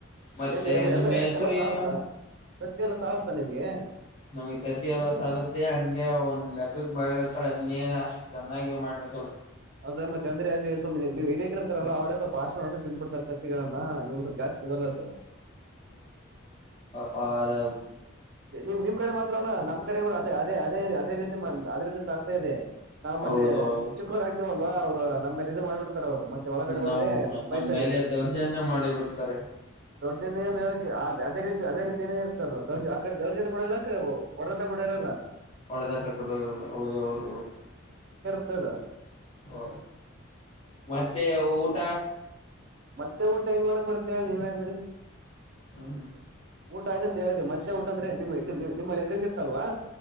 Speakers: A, on the left (about 30°); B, on the right (about 50°).
A: ಮತ್ತೆ
B: ಹೆಂ ಎಲ್ಲ
A: ನಿಮ್ಮ
B: ಎಲ್ಲ
A: ಹೆಸರು
B: ಎಲ್ಲ ಸಗತ್ತ
A: ಏನು
B: ಸತ್ತೆಲ್ಲ ಸಾಗತ್ತಾ ನಿಮ್ಗೆ
A: ನಮಗ್ ತತಿ ಎಲ್ಲ ಸಾಲತ್ತೆ ಹಂಗೆ ಒಂದ್ ಲೆಕ್ಕಕ್ ಬಾಳಿರ್ತಾರ ಅದ್ನೇ ಅಷ್ಟ ಚೆನ್ನಾಗಿ ಮಾಡ್ರ ಹ
B: ಅತ್ತ ಅಂದ್ರ ಅ ನೀವು ಏನ ಇಿರ್ತಾರಲ್ಲ ಅವ್ರೇವಲ್ಾರ್ಷಾಷ ಚಿಂದ್ ಬಿಡ್ತರ್ತ ಗಳಮ್ಮ ನೀವು ಜಾಸ್ತಿಗಲ್ಲದು
A: ಹದ
B: ನೀವು್ ನಿಮ್ ಕಡೆ ಮಾತ್ರ ಅಲ್ಲ ನಮ್ಮ್ ಕಡೆ ಕೂಡ ಅದೇ ಅದೇ ಅದೇ ಅದ್ರಿಂದಗ್ತಾ ಇದೆ ನಾವ್
A: ಹೌದೌದು
B: ಮತ್ತೆ ಚಿಕ್ಕರ್ ಆಗ್ತಿವಲ್ವಾ ಅವ್ರು ನಮ್ಮೇಲೆ ಇದು ಮಾಡ್ಬಿಡ್ತ ಅವರು ಮತ್ತೆ ಒಳಗಡೆ ಹೋದ್ರೆ
A: ನಾವು
B: ಬೈತಾರೆ
A: ನಮ್ಮ ಮೇಲೆ ದೌರ್ಜನ್ಯ ಮಾಡಿ ಬಿಡ್ತಾರೆ
B: ದೊರ್ಜನ್ಯೇ ಮೇಕ್ಕೆ ಅದೇ ರೀತಿ ಅದೇ ರೀತಿನೇ ಇರ್ತದ ದೊರ್ಜ ಕಡೆ ದೇವಡ್ ಜನ ಬ ಮಾಡಲ್ಲ ಕಡೆ ಹೊಡದಟ ಮಾಡ ಇರಲ್ಲ
A: ಒಡೆದಾಟ ಕೊಡ ಹೌದ ಹೌದು ಹೌದು
B: ಹಲ್ಲ
A: ಹ ಮತ್ತೆ ಊಟ
B: ಮತ್ತೆ ಊಟ ಏನ್ ಮಾಡಕ್ ಬರ್ತ್ತೇ ನೀವೇ ಬಿಿ
A: ಹ್ಮ್
B: ಊಟ ಹೇಳಿದೆ ಮತ್ತೆ ಊಟ್ಟಂದ್ರೆ್ ನಿಮ್ಮಲ್ಲಿ ಎಕ್ರ ಸಿತ್ತಲ್ವಾ